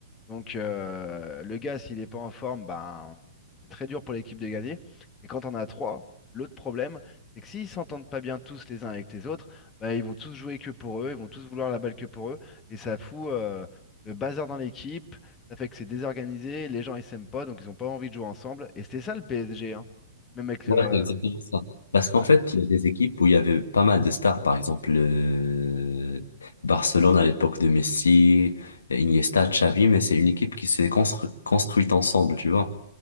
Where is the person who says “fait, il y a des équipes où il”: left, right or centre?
Left